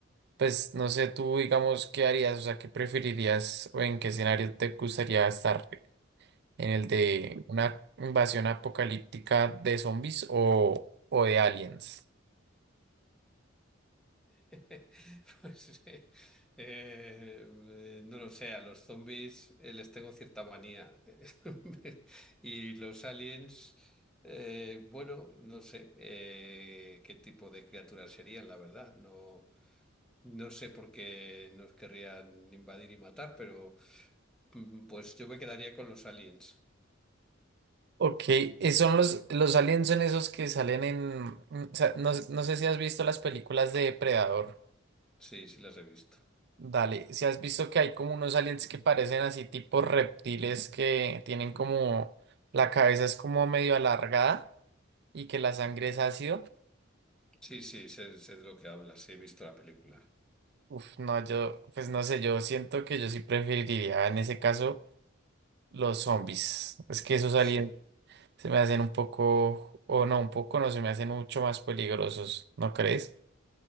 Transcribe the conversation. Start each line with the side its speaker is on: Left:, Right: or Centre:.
Right: pues no sé tú, digamos, qué harías, o sea, qué preferirías o en qué escenario te gustaría estar. en el de una invasión apocalíptica de zombies o, o de aliens.
Centre: <laughs> Pues eh, eh, no lo sé, a los zombies eh, les tengo cierta manía. <laughs> Y los aliens, eh, bueno, no sé eh, qué tipo de criaturas serían, la verdad. No, no sé por qué nos querrían invadir y matar, pero mm, pues yo me quedaría con los aliens.
Right: Ok, eh, son los, los aliens son esos que salen en... mm, o sea, no, no sé si has visto las películas de Depredador.
Centre: Sí, sí las he visto.
Right: Dale, si has visto que hay como unos aliens que parecen así tipo reptiles que tienen como... La cabeza es como medio alargada y que la sangre es ácido.
Centre: Sí, sí, sé, sé de lo que hablas, sí, he visto la película.
Right: Uf, no, yo, pues no sé, yo siento que yo sí preferiría en ese caso los zombies. Es que esos aliens...
Centre: Sí.
Right: Se me hacen un poco, o no, un poco no, se me hacen mucho más peligrosos, ¿no crees?